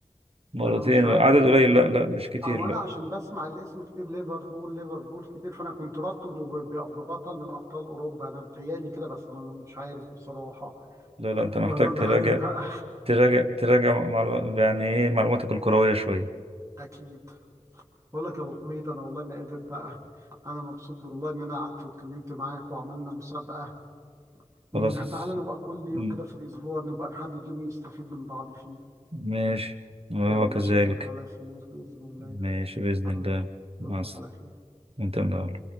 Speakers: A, on the right (about 50°); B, on the right (about 25°).
A: مرتين
B: انا مش عارف
A: عدد
B: والله
A: قليل
B: بس انا
A: لا لا مش كتير
B: او
A: لا
B: انا عشان بسمع الاسم كتير ليفربول ليفربول كتير فانا كنت رابطه انه ب- ب- ببطل من ابطال اوروبا انا بتهيألي كده بس انا مش عارف بصراحة
A: لا لا أنت محتاج
B: والله ما
A: تراجع
B: عارف بقى
A: تراجع تراجع مع- يعني إيه معلوماتك الكروية شوية
B: <clears throat> اكيد بقول لك يا ابو حميد انا والله ما قادر بقى انا مبسوط والله ان انا قعدت واتكلمت معاك وعملنا مسابقه م-
A: خلاص
B: تعالى نبقى كل يوم
A: م-
B: كده في الاسبوع نبقى نحدد يوم نستفيد من بعض فيه
A: ماشي وهو
B: يلا
A: كذلك
B: اشوفك على خير باذن الله
A: ماشي بإذن
B: يلا
A: الله مع
B: تصبح
A: الس-
B: على خير
A: أنت من الأول.